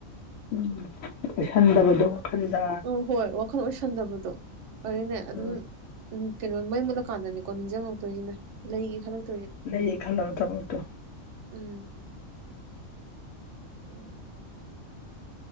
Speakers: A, on the left; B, on the right.
A: ꯎꯝ ꯏꯁꯁꯤꯟꯗꯕꯗꯣ ꯋꯥꯈꯟꯗ
B: ꯑꯣ ꯍꯣꯏ ꯋꯥꯈꯜ ꯑꯣꯏꯁꯟꯗꯕꯗꯣ ꯃꯔꯤꯅꯦ ꯑꯗꯨꯝ
A: ꯎꯝ
B: ꯎꯝ ꯀꯩꯅꯣ ꯃꯩ ꯃꯨꯠꯂꯀꯥꯟꯗꯅꯤꯀꯣ ꯅꯤꯡꯁꯤꯡꯉꯛꯇꯣꯏꯁꯤꯅ ꯂꯩꯒꯦ ꯈꯛꯇ
A: ꯅꯌꯦ ꯈꯂꯕ ꯊꯕꯣꯠꯇ
B: ꯎꯝ ꯎ